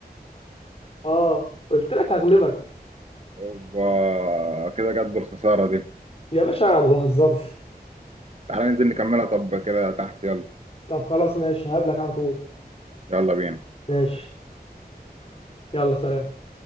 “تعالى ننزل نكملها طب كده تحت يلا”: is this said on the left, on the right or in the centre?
Right